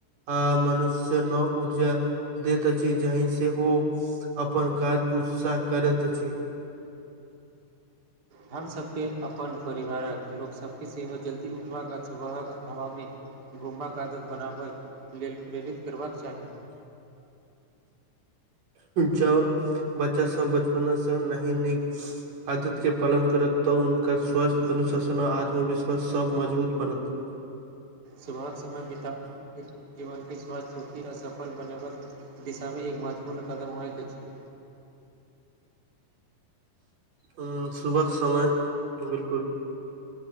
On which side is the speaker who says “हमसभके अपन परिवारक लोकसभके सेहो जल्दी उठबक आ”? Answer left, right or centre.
Right